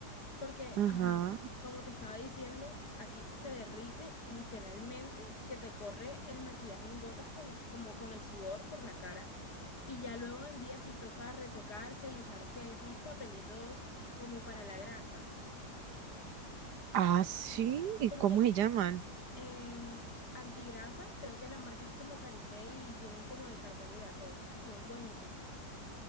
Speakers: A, on the left; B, on the right.
A: Porque,
B: Ajá.
A: ajá, como te estaba diciendo, aquí se derrite literalmente que te corre el maquillaje en gotas con, como con el sudor por la cara. Y ya luego en el día sí toca retocarse y usar que esos papelitos como para la grasa.
B: Ah, sí, ¿y
A: Porque
B: cómo se llaman?
A: en antigrasa creo que la marca es como Carité y vienen como de carbón y de arroz y son buenísimos.